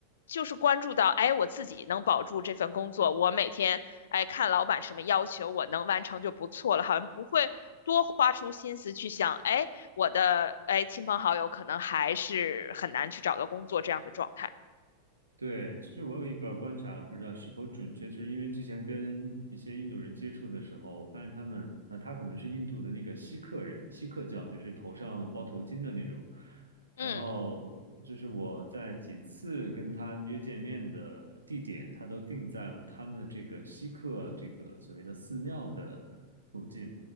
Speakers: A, on the left (about 65°); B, on the right (about 75°).
A: 就是关注到，哎，我自己能保住这份工作，我每天，哎，看老板什么要求，我能完成就不错了，好像不会多花出心思去想，哎，我的哎亲朋好友可能还是很难去找到工作这样的状态。
B: 对，其实我有一个观察，不知道是否准确，就是因为之前跟一些印度人接触的时候，我发现他们，呃，他可能是印度的那个锡克人，锡克教就是头上包头巾的那种。
A: 嗯。
B: 然后就是我在几次跟他约见面的地点，他都定在了他们这个锡克这个所谓的寺庙的附近，